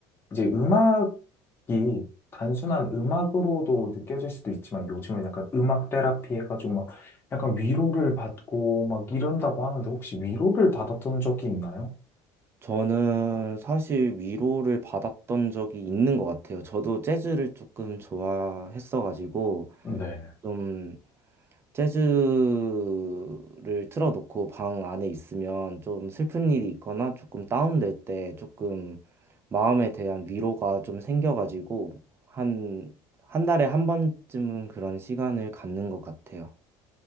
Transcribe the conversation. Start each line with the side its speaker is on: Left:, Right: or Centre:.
Left: 이제 음악이 단순한 음악으로도 느껴질 수도 있지만 요즘은 약간 음악 테라피 해가지고 막 약간 위로를 받고 막 이런다고 하는데 혹시 위로를 받았던 적이 있나요?
Right: 저는 사실 위로를 받았던 적이 있는 것 같아요. 저도 재즈를 조금 좋아했어가지고
Left: 네.
Right: 좀 재즈를 틀어놓고 방 안에 있으면 좀 슬픈 일이 있거나 조금 다운될 때 조금 마음에 대한 위로가 좀 생겨가지고 한, 한 달에 한 번쯤은 그런 시간을 갖는 것 같아요.